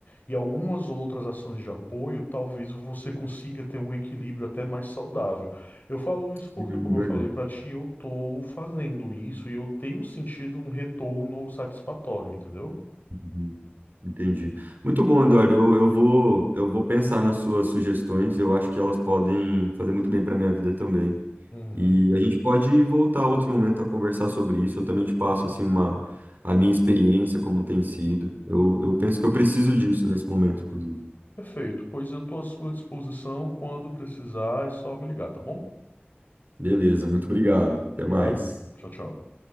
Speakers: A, on the left; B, on the right.
A: e algumas outras ações de apoio, talvez você consiga ter um equilíbrio até mais saudável. Eu falo isso porque,
B: uhum,
A: como
B: verdade.
A: eu falei para ti, eu tô fazendo isso e eu tenho sentido um retorno satisfatório, entendeu?
B: Uhum, entendi. Muito bom, Eduardo. Eu, eu vou, eu vou pensar nas suas sugestões. Eu acho que elas podem fazer muito bem para minha vida também.
A: Uhum.
B: E a gente pode voltar outro momento a conversar sobre isso. Eu também te passo assim uma a minha experiência, como tem sido. Eu, eu penso que eu preciso disso nesse momento, inclusive.
A: Perfeito, pois eu estou à sua disposição quando precisar, é só me ligar, tá bom?
B: Beleza, muito obrigado. Até
A: Obrigado.
B: mais.
A: Tchau, tchau.